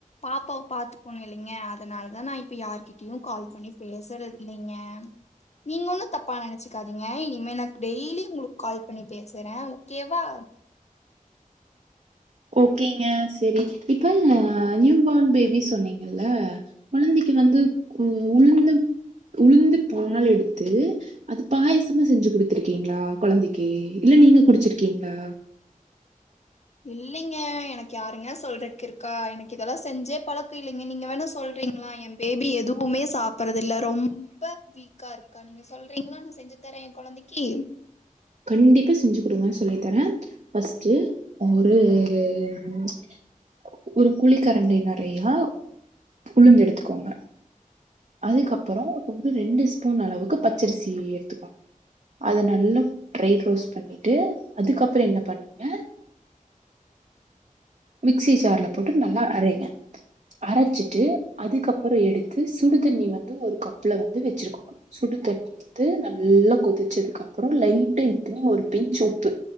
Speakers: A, on the left; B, on the right.
A: பாப்பாவ பாத்துக்கோணு இல்லீங்க அதனால்தா நா இப்ப யார்கிட்டியு கால் பண்ணி பேசறதில்லீங்க நீங்க ஒன்னு தப்பா நெனச்சுக்காதீங்க இனிமே நா டெய்லி உங்களுக் கால் பண்ணி பேசறே ஓகேவா
B: ஓகேங்க செரி இப்ப நியூ பான் பேபி சொன்னீங்கல்ல கொழந்தைக் வந்து கு உளுந்து உளுந்து பால் எடுத்து அது பாயசமா செஞ்சு குடுத்துருக்கீங்ளா கொழந்தைக்கு இல்ல நீங்க குடிச்சிருக்கீங்ளா
A: இல்லைங்க எனக் யாருங்க சொல்றக்கிருக்கா எனக்கு இதெல்லா செஞ்சே பழக்கோ இல்லைங்க நீங்க வேணா சொல்றீங்களா எம் பேபி எதுவ்மே சாப்பட்றதில்ல ரொம்ப வீக்கா இருக்கா நீங்க சொல்றீங்ளா நா செஞ்சு தர எ கொழந்தைக்கி
B: கண்டிப்பா செஞ்சு குடுங்க சொல்லித்தரே ஃபஸ்ட்டு ஒரு ம் ஒரு குழிக்கரண்டி நெறையா உளுந்தெடுத்துக்கோங்க அதுக்கப்பறோ ஒரு ரெண்டு ஸ்பூன் அளவுக்கு பச்சரிசி எடுத்துக்கோங் அத நல்லா ட்ரை ரோஸ்ட் பண்ணீட்டு அதுக்கப்பறோ என்ன பண்ணுங்க மிக்சி ஜார்ல போட்டு நல்லா அரைங்க அரச்சிட்டு அதுக்கப்பறோ எடுத்து சுடு தண்ணி வந்து ஒரு கப்புல வந்து வெச்சிருக்கோணு சுடுதண்ணி ஊத்து நல்லா கொதிச்சதுக்கப்பறோ லைட்டா இத்தினி ஒரு பின்ச் உப்பு